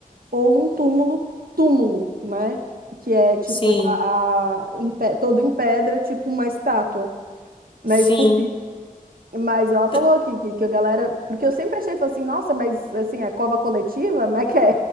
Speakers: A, on the right; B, on the left.
A: ou um túmulo túmulo, né? Que é tipo
B: sim,
A: a, a- em pe- todo em pedra, tipo uma estátua, né?
B: sim.
A: Esculpida. Mas ela falou
B: T-
A: que, que, que a galera. Porque eu sempre achei, falei assim, nossa, mas assim, é cova coletiva? Como é que é?